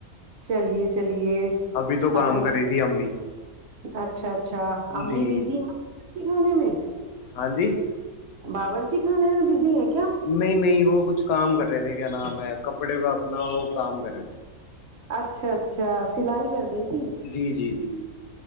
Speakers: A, on the right (about 55°); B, on the left (about 75°).
A: چلیے چلیے
B: ابھی تو
A: الحمد
B: کام کر رہی تھی امی
A: اچھا اچھا امی
B: جی
A: بزی ہیں کھانے میں
B: ہاں جی <unintelligible>
A: باورچی خانے میں بزی ہے
B: نہیں نہیں وہ کچھ کام کر رہے تھے کیا نام ہے کپڑے کا اپنا وہ کام کر رہے تھے
A: اچھا اچھا سلائی کر رہی ت
B: جی جی جی